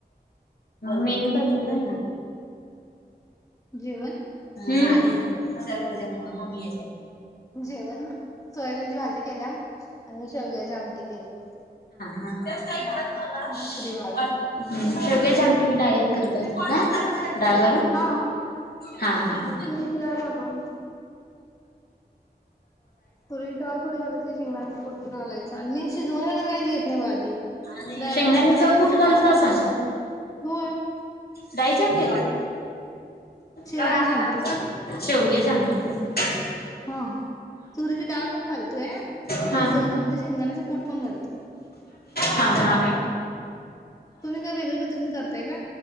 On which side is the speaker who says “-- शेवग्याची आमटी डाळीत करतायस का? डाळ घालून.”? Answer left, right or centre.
Left